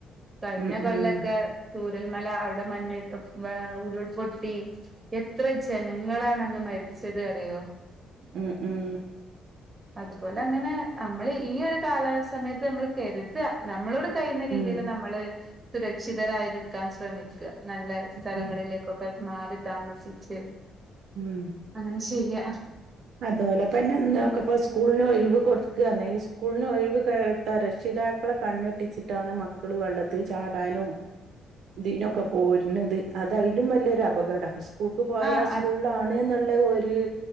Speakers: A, on the right; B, on the right.
A: കഴിഞ്ഞകൊല്ലക്കെ
B: ഉം ഉം
A: ചുരൽമലഅവിടെമണ്ണി മേഹ്‌ ഉരുൾപൊട്ടി എത്രജനങ്ങളാണന്ന് മരിച്ചത് അറിയോ
B: ഉം ഉം
A: അതുപോലഅങ്ങനെ നമ്മള്ഈഒരു കാലസമയത്ത്നമ്മള്കരുത നമ്മളൊട് കഴിയുന്നരീതില്
B: ഉം
A: നമ്മള് സുരക്ഷിതരായി നിക്കാൻ ശ്രമിക്ക നല്ല സ്ഥലങ്ങളിലേക്കൊക്കെ
B: ഉം
A: മാറിതാമസിച്ച്
B: മ്മ്
A: അങ്ങനെ ഷെയ്യ
B: അതോലെ പിന്നെ നോക്കപ്പോ സ്കൂൾന്ഒഴിവ് കൊടുക്കാണെയ് സ്കൂൾന്ഒഴിവ് കേട്ടാ രക്ഷിതാക്കളെ കണ്ണെട്ടിച്ച് ട്ടാണ് മക്കള് വെള്ളത്തിൽചാടാനും ഇതിനൊക്കെ പോര്ണത് അതയിലും വല്ലൊരുഅപകട ക്കൂക്ക്പോയ
A: ആഹ്
B: സ്കൂൾളാണ്ന്ന്ള്ളഒര്